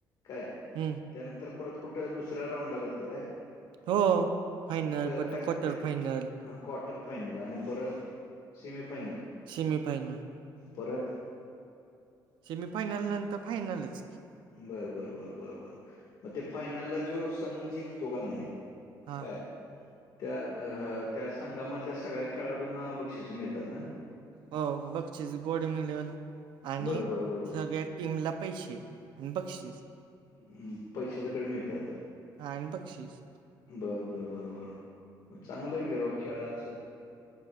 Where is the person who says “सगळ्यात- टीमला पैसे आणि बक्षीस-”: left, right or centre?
Right